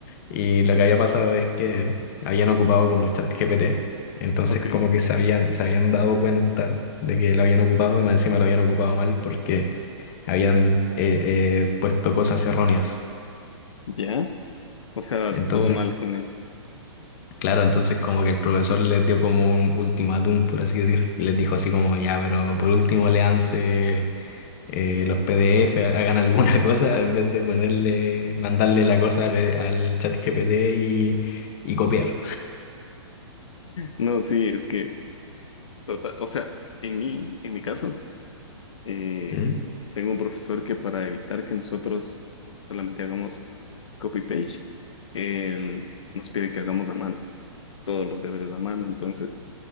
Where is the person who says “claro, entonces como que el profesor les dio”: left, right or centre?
Left